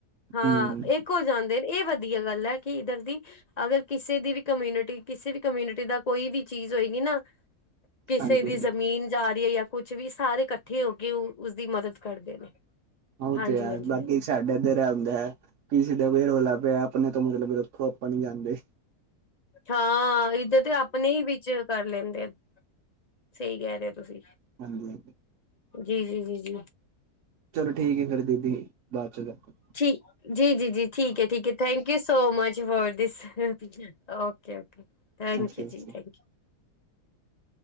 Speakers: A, on the left (about 45°); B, on the right (about 65°).
A: ਹਾਂ
B: ਹਮ
A: ਇੱਕ ਹੋ ਜਾਂਦੇ ਨੇ, ਇਹ ਵਧੀਆ ਗੱਲ ਐ ਕਿ ਇੱਧਰ ਦੀ ਅਗਰ ਕਿਸੇ ਦੀ ਵੀ ਕਮਿਊਨਿਟੀ, ਕਿਸੇ ਵੀ ਕਮਿਊਨਿਟੀ ਦਾ ਕੋਈ ਵੀ ਚੀਜ਼ ਹੋਏਗੀ ਨਾ। ਕਿਸੇ
B: ਹਾਂਜੀ
A: ਦੀ
B: ਹਾਂਜੀ
A: ਜ਼ਮੀਨ ਜਾ ਰਹੀ ਐ, ਜਾਂ ਕੁਛ ਵੀ ਸਾਰੇ ਇਕੱਠੇ ਹੋ ਕੇ ਉਹ ਉਸਦੀ ਮਦਦ ਕਰਦੇ ਨੇ।
B: ਹਾਂ ਉਹ
A: ਹਾਂਜੀ
B: ਤੇ ਹੈ
A: ਹਾਂਜੀ
B: ਬਾਕੀ
A: ਹਾਂਜੀ
B: ਸਾਡੇ ਇਧਰ ਆਂਦਾ, ਕਿਸੇ ਦਾ ਕੋਈ ਰੌਲਾ ਪਿਆ, ਆਪਣੇ ਤੋਂ ਮਤਲਬ ਰੱਖੋ, ਆਪਾਂ ਨੀ ਜਾਂਦੇ।
A: ਹਾਂ, ਇੱਧਰ ਤੇ ਆਪਣੇ ਹੀ ਵਿੱਚ ਕਰ ਲੈਂਦੇ ਆ, ਸਹੀ ਕਹਿ ਰਹੇ ਹੋ ਤੁਸੀਂ।
B: ਹਾਂਜੀ
A: ਜੀ-ਜੀ-ਜੀ-ਜੀ
B: ਚਲੋ ਠੀਕ ਹੈ ਫਿਰ ਦੀਦੀ ਬਾਅਦ ਚ ਕਰਕੇ
A: ਠੀਕ ਜੀ-ਜੀ-ਜੀ ਠੀਕ ਹੈ ਠੀਕ thank you so much for this okay okay thank
B: okay
A: you ਜੀ
B: ਓਕੇ।
A: Thank you.